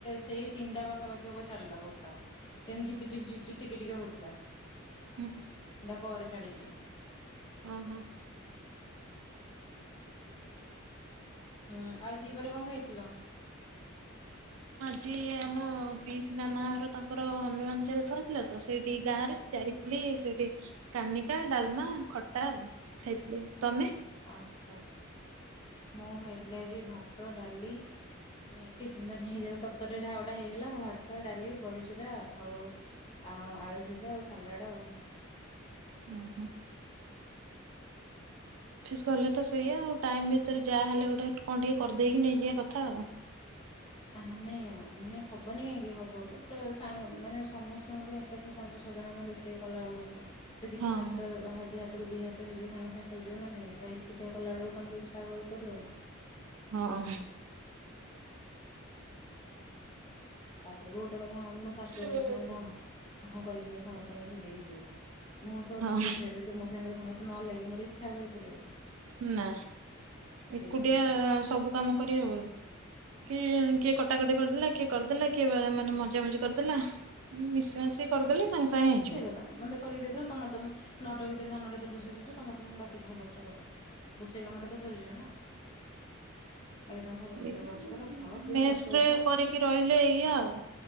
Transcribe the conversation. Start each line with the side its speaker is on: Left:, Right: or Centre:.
Left: ସେଇ ତିନିଟା ପାଖାପାଖି ହବ ଛାଡିଲା ବର୍ଷା ସେ ଝିପିଝିପଝିପଝିପ ଟିକେ ଟିକେ ହଉଥୁଲା।
Right: ଉୁଁ।
Left: ପରେ ଛାଡ଼ିଚ଼ି।
Right: ଅ ହଁ।
Left: ହୁଁ ଆଜି ଦିପହରେ କଁ ଖାଇଥିଲ?
Right: ଯିଏ ଆମ ପିଇସି ନାନା ହର ତାଙ୍କର ହନୁମାନ ଚାଲିଶା ହେଇଥିଲା ତ ସେଇଟି ଗାଁରେ ଯାଇଥିଲି। ଇ ସେଠି କାନିକା, ଡାଲମା, ଖଟା ଆଉ ଖାଇଥିଲି ଆ। ତମେ?
Left: ଆଚ୍ଛା ଆଚ୍ଛା ମୁଁ ଖାଇଥିଲି ଆଜି ଭାତ ଡାଲି। ନେଇକି ଟିଫିିନ୍ ତ ନେଇଯା ତରତର ରେ ଯା ଗଟା ହେଇଗଲା ଆଉ ଭାତ୍ ତ, ଡାଲି, ବଡିଚୁରା ଆଉ ଆଳୁ ସିଜା ଆଉ ସାଲାଡ଼ ଆଉ।
Right: ଅଁ ହ। ଅଫିସ୍ ଗଲେ ତ ସେଆ ଆଉ ଟାଇମ୍ ଭିତରେ ଯାହେଲେ ଗୋଟେ କଁ ଟିକେ କରିଦେଇକି ନେଇଯିବା କଥା ଆଉ।
Left: <inaudible> ଆ ନାଇଁ ଆ ମାନେ ହବନି କାହିଁକି ହବ ବଟ୍ ସାଙ୍ଗ ମାନେ ସମସ୍ତଙ୍କ ପାଇଁ ଏକାଠି ପାଞ୍ଚଜଣ ଣ ଆମେ ରୋଷେଇ କଲା ବେଳକୁ ଯଦି
Right: ହଁ
Left: କି ହାତ ହାତକୁ ଦି ହାତ ହେଇଯିବ ସାଙ୍ଗେ ସାଙ୍ଗେ ସରିଯିବ ନା ନାଇଁ ଏକୁଟିଆ କଲା ବେଳକୁ ତମକୁ ଇଚ୍ଛା ହବ କରି କରିବାକୁ।
Right: ହଁ।
Left: ତାପରେ ବି ଗୋଟେ କଥା ହ ମୁଁ ଶାଶୁଘରେ
Right: ହଁ
Left: ଅଛି ନା କଣ ହଁ କରିକି ନେ ସମସ୍ତେଙ୍କୁ ଏକାଥରେ ଦେଇକି ଯିବି। ମୁଁ ତ
Right: ହଁ
Left: ଅଛିି ବିଷୟରେ ତ ମୋ ସାଙ୍ଗର ସମସ୍ତେ ନ ଲାଗେ ମୋର ଇଚ୍ଛା ହେ କରିବାକୁ,
Right: ନା,
Left: ସେଇ
Right: ଏକୁଟିଆ-ଆ-ଆ
Left: ଜିନିଷଟା
Right: ସବୁ କାମ କରିହେବ କି? କେ ଜଣେ କିଏ କଟାକଟି କରିଦେଲା, କିଏ କରିଦେଲା, କିଏ ମାନେ ମଜା ମଜି କରିଦେଲା। ମିଶି ମାଶି କରିଦେଲେ ସାଙ୍ଗେ ସାଙ୍ଗେ ହେଇଯିବ।
Left: ସେଇ କଥା ମତେ କରିକି ଦେଇଥିଲୁ ତମର ତମେ ନ ଭିତରେ ସାନଟା ରୋଷେଇ ସ ତମ ତମ ବାକି ଯାହା କରୁଛ କର ରୋଷେଇ କାମ ଟା ତ ସରିଯିବ ନା। ବାକି ତମେ ଠାକୁର
Right: ଏଇ
Left: ପୂଜା କରୁଛ କର ଖାଅ ପିଅ
Right: ମେସ
Left: ବସ
Right: ରେ
Left: ଉଠ।
Right: କରିକି ରହିଲେ ଏଇଆ ଆଉ